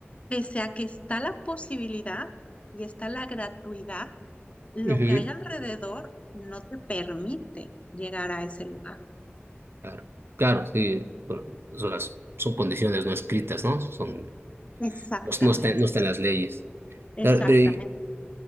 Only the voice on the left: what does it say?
pese a que está la posibilidad y está la gratuidad, lo
que hay alrededor no te permite llegar a ese lugar.
Ujú.
Exactamente,
exactamente.